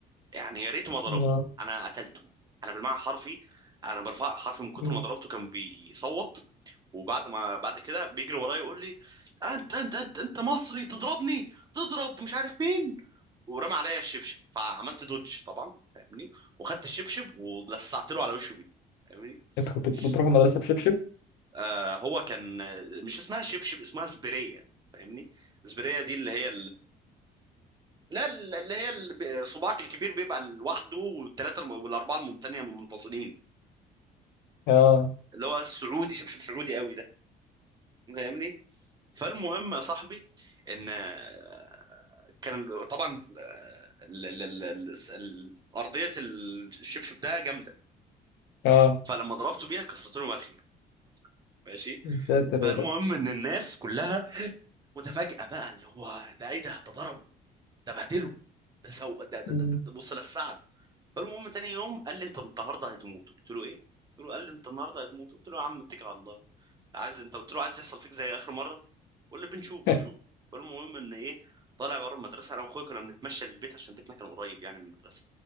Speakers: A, on the right (about 25°); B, on the left (about 80°).
A: يعني يا ريته ما ضربني
B: يا
A: انا قتلته انا بالمعنى حرفي انا برفع حرفي من كتر
B: مم.
A: ما ضربته كان بيصوت وبعد ما بعد كده بيجري ورايا يقول لي انت انت انت انت مصري تضربني تضرب مش عارف مين ورمى عليا الشبشب فعملت دوج طبعا فاهمني وخدت الشبشب ولسعت له على وشه بيه فاهمني
B: انت كنت
A: ف-
B: بتروح المدرسه بشبشب
A: آه هو كان مش اسمها شبشب اسمها سبريه فاهمني سبريه دي اللي هي لا ال- اللي هي ال- صباعك الكبير بيبقى لوحده والثلاثه الم- والاربعه التانية منفصلين
B: اه
A: اللي هو السعودي شبشب سعودي قوي ده فاهمني فالمهم يا صاحبي ان آه، كان ال- طبعا آه، ال- ال- ال- ال- الس- ال- ارضيه الشبشب ده جامده
B: اه
A: فلما ضربته بيها كسرت لهم الخير ماشي
B: يا ساتر
A: فالمهم
B: يا رب
A: ان الناس كلها متفاجئه بقى اللي هو ده ايه ده ده ضربه ده بهدله ده سو ده ده,
B: مم.
A: ده, ده بص للسعد فالمهم تاني يوم قال لي انت النهارده هتموت قلت له ايه قلت له قال لي انت النهارده هتموت قلت له يا عم اتكل على الله عايز انت قلت له عايز يحصل فيك زي اخر مره قول لي بنشوف بنشوف
B: <laughs>
A: فالمهم ان ايه طالع بره المدرسه انا واخويا كنا بنتمشى للبيت عشان بيتنا كان قريب يعني من المدرسه